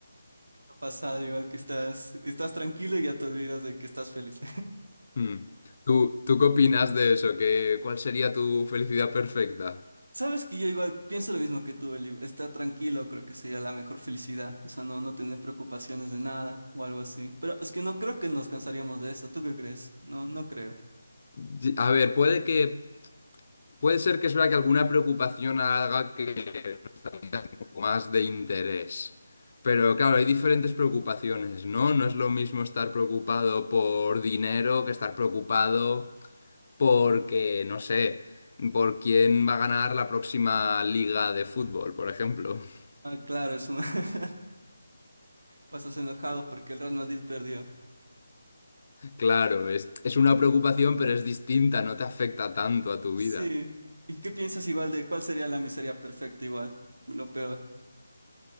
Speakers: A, on the right; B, on the left.
A: ha pasado igual que estás, estás tranquilo y ya te olvidas de que estás feliz.
B: Mm. ¿Tú, tú qué opinas de eso? ¿Qué, cuál sería tu felicidad perfecta?
A: <laughs> Sabes que yo igual pienso lo mismo que tú, Eli. Estar tranquilo creo que sería la mejor felicidad. O sea, no, no tener preocupaciones de nada o algo así. Pero es que no creo que nos cansaríamos de eso. ¿Tú qué crees? No, no creo.
B: Y- A ver, puede que, puede ser que es verdad que alguna preocupación haga que un poco más de interés. Pero claro, hay diferentes preocupaciones, ¿no? No es lo mismo estar preocupado por dinero que estar preocupado. porque, no sé, por quién va a ganar la próxima liga de fútbol, por ejemplo. <laughs>
A: Ah, claro, es un... <laughs> pasas enojado porque el Real Madrid perdió.
B: Claro, es, es una preocupación, pero es distinta, no te afecta tanto a tu
A: Sí.
B: vida.
A: ¿Y qué piensas igual de cuál sería la miseria perfecta igual? Lo peor.